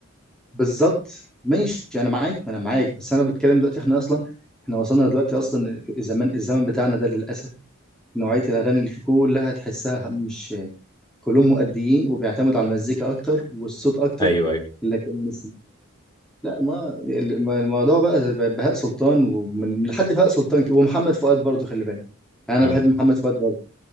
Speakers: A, in the centre; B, on the left.
A: بالظبط ماشي انا معاك انا معاك بس انا بتكلم دلوقتي احنا اصلا احنا وصلنا دلوقتي اصلا في الزمان الزمن بتاعنا ده للاسف نوعيه الاغاني اللي فيه كلها تحسها مش كلهم مؤديين وبيعتمدوا على المزيكا اكتر والصوت اكتر
B: أيوه أيوه
A: لكن لا ما الم- الموضوع بقى ب- بهاء سلطان ومن لحد بهاء سلطان كده ومحمد فؤاد برضه خلي بالك يعني
B: مم.
A: انا بحب محمد فؤاد برضه